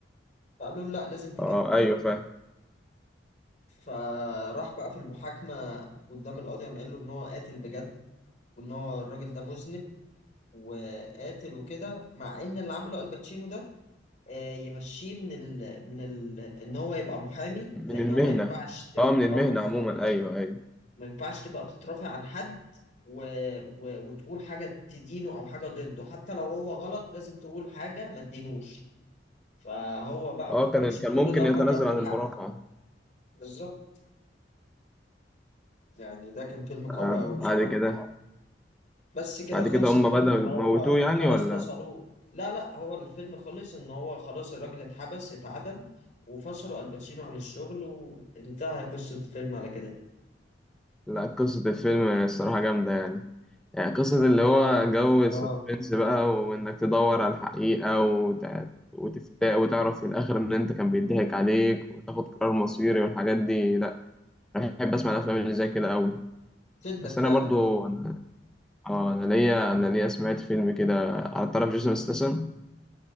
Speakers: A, on the left; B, in the centre.
A: فقالوا له لا لازم تكمل
B: اه ايوه فاهم
A: فراح بقى في المحاكمة قدام القاضي قام قال له إن هو قاتل بجد وإن هو الراجل ده مذنب وقاتل وكده مع إن اللي عمله الباتشينو ده آه، يمشيه من ال من ال إن هو يبقى محامي
B: من
A: لأن
B: المهنه
A: هو ما ينفعش ت-
B: اه من المهنه
A: آه بالظبط
B: عموما ايوه ايوه
A: ما ينفعش تبقى بتترافع عن حد و... و... وتقول حاجة تدينه أو حاجة ضده حتى لو هو غلط لازم تقول حاجة ما تدينوش فهو بقى
B: اه
A: ما فكرش
B: كان
A: في
B: كان
A: كل
B: ممكن
A: ده
B: يتنازل
A: فكر في
B: عن
A: الحق
B: المرافعه
A: بالظبط يعني ده كان فيلم قوي
B: آه
A: قوي
B: بعد
A: بصراحة
B: كده
A: بس كده
B: بعد
A: خلص
B: كده هم
A: الفيلم
B: بدأوا
A: ان
B: يموتوه
A: هو
B: يعني
A: خلاص
B: ولا
A: فصلوه لا لا هو الفيلم خلص ان هو خلاص الراجل اتحبس اتعدم وفصلوا الباتشينو عن الشغل وانتهى قصة الفيلم على كده
B: لا قصة الفيلم الصراحة جامدة يعني يعني قصة
A: انت
B: اللي هو جو السسبنس
A: اه
B: بقى وإنك تدور على الحقيقة وت... وتفتاء وتعرف في الآخر إن أنت كان بيضحك عليك وتاخد قرار مصيري والحاجات دي لأ أنا بحب أسمع الأفلام اللي زي كده أوي
A: تدك
B: بس
A: فعلا
B: أنا برضو
A: اه
B: أنا آه، أنا ليا أنا ليا سمعت فيلم كده على طرف جيسون ستاثام